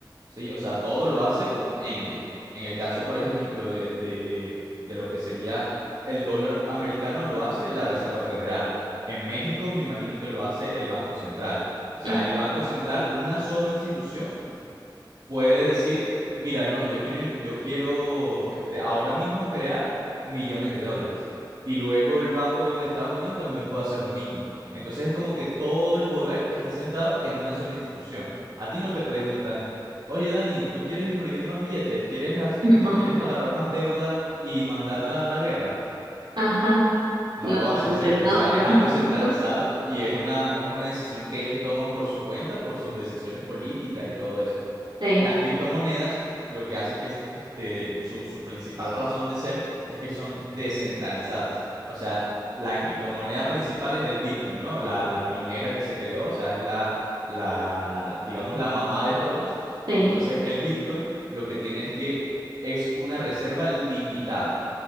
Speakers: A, on the right; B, on the right.
A: ¿sí? O sea, todo lo hace un ente. En el caso, por ejemplo, de, de, de lo que sería el dólar americano, lo hace la Reserva Federal. En México, me imagino que lo hace el Banco Central. O sea,
B: <laughs>
A: el Banco Central, una sola institución puede decir, mira, no, yo quiero, in- yo quiero este, ahora mismo crear millones de dólares. Y luego el Banco de Estados Unidos también puede hacer lo mismo. Entonces es como que todo el poder está centrado en una sola institución. A ti no te preguntan, oye Dani, ¿tú quieres imprimir más billetes? ¿Quieres, as- este,
B: No.
A: quieres agarrar más deuda y mandarla a la guerra?
B: Ajá.
A: No
B: No,
A: lo hacen,
B: realmente
A: ¿cierto?
B: no,
A: O sea,
B: no.
A: es algo centralizado
B: no.
A: y es una, es una decisión que ellos toman por su cuenta, por sus decisiones políticas y todo eso.
B: Sí,
A: Las criptomonedas lo que hace es que es- este, su, su principal razón de ser es que son descentralizadas. O sea, la criptomoneda principal es el Bitcoin, ¿no? La, la primera que se creó, o sea, es la, la, digamos, la mamá de todas.
B: sí.
A: Entonces, el Bitcoin lo que tiene es que es una reserva limitada.